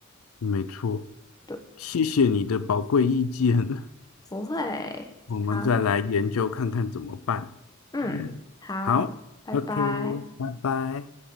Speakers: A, on the left; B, on the left.
A: 没错，
B: 对，
A: 谢谢你的宝贵意见，<laughs>
B: 不会。
A: 我们再来研究看看怎么办。
B: 好，那嗯，
A: <laughs>
B: 好，
A: 好，OK，
B: 拜拜。
A: 拜拜。